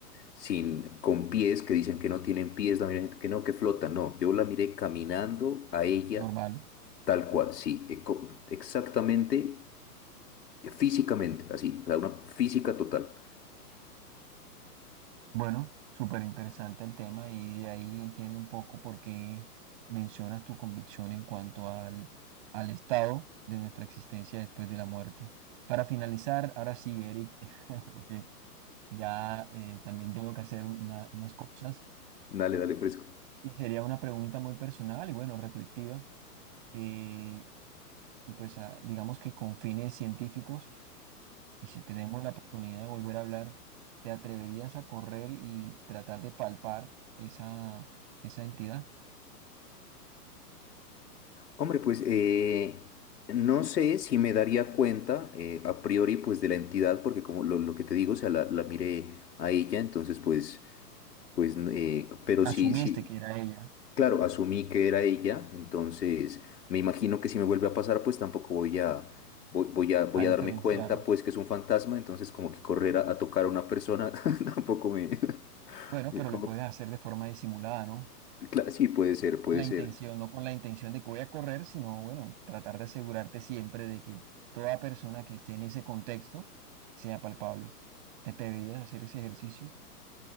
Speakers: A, on the left (about 80°); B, on the right (about 30°).
A: sin, con pies que dicen que no tienen pies, la gente que no, que flotan. No, yo la miré caminando a ella
B: Normal.
A: tal cual, sí, eco- exactamente, físicamente, así, o sea, una física total.
B: Bueno, súper interesante el tema y de ahí entiendo un poco por qué mencionas tu convicción en cuanto al, al estado de nuestra existencia después de la muerte. Para finalizar, ahora sí, Eric, <laughs> porque ya eh, también tengo que hacer una- unas cosas.
A: Dale, dale, fresco.
B: Y sería una pregunta muy personal y bueno, reflectiva. eh, y pues ah, digamos que con fines científicos, y si tenemos la oportunidad de volver a hablar, ¿te atreverías a correr y tratar de palpar esa, esa entidad?
A: Hombre, pues eh, no sé si me daría cuenta eh, a priori pues de la entidad, porque como lo, lo que te digo, o sea, la, la miré a ella, entonces pues, pues, eh, pero sí,
B: Asumiste
A: sí.
B: que era ella,
A: Claro, asumí que era ella, entonces me imagino que si me vuelve a pasar, pues tampoco voy a, voy, voy a, voy
B: a diferenciar.
A: a darme cuenta, pues que es un fantasma, entonces como que correr a, a tocar a una persona <laughs> tampoco me, <laughs>
B: Bueno,
A: me
B: pero
A: como-
B: lo puedes hacer de forma disimulada, ¿no?
A: Cla- sí, puede ser,
B: No con
A: puede
B: la intención,
A: ser.
B: no con la intención de que voy a correr, sino bueno, tratar de asegurarte siempre de que toda persona que esté en ese contexto sea palpable. ¿Te atreverías a hacer ese ejercicio?